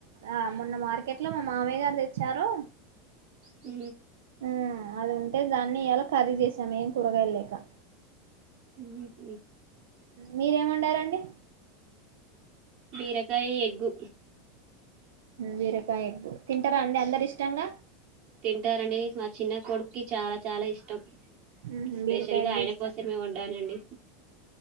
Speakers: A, on the right (about 85°); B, on the right (about 45°).
A: ఆ మొన్న మార్కెట్ లో మా మామయ్య గారు తెచ్చారు
B: హ
A: ఆ అది ఉంటే దాన్ని ఇయాలా కర్రీ చేసామే కూరగాయ లేకా
B: ఇ
A: మీరేమన్నా ఉన్నారండి
B: బీరకాయ ఎగ్గు
A: వీరకాయ ఎ తింటారా అండి అందరు ఇష్టంగా
B: తింటారండి మా చిన్న కొడుకుకి చాలా చాలా ఇష్టం
A: ఉహు
B: స్పెషల్
A: బీరకాయ
B: గా
A: ఎగ్
B: ఆయన
A: ఇష్టమా
B: కోసమే వాండానండి